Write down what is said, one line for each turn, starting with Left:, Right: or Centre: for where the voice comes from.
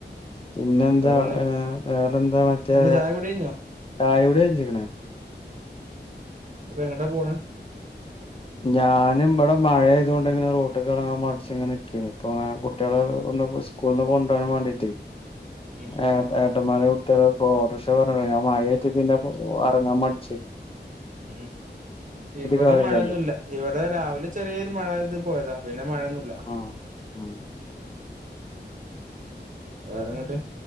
Left: പിന്നെന്താ
Right: വേറെന്താ
Left: ഏ വേറെന്താ മറ്റേ
Right: വേറെന്താ ചായ കുടി കഴിഞ്ഞോ
Left: തായവിടെ ജിക്കണ <unintelligible>
Right: ഇപ്പൊ എങ്ങട്ടാ പോണ്
Left: ഞാനും ഇവിടെ മഴ ആയതുകൊണ്ട് ഇങ്ങനെ റൂട്ടൊക്കെ ഇറങ്ങാൻ പ നിക്കപ്പ കുട്ടികളെ ഒന്ന് സ്കൂള നിന്ന് കൊണ്ട പോോരാൻ വേണ്ടിട്ട
Right: ഉം
Left: ആത അ അന്മാെടുത്തക്ഷ പറഞ്ഞ മായട്ട പിന്നെ അറങ്ങാൻ മടിച്ചു
Right: ഉം ഇവിടെ
Left: കാര്യല്ലല്ലോ
Right: മഴയൊന്നുമല്ല ഇവിടെ രാവിലെ ചെറിയൊരു മഴ ഇത് പോയതാ പിന്നെ െ മഴയൊന്നുമല്ല
Left: ആഹ് ഉം
Right: വേറെങ്ങോട്ട്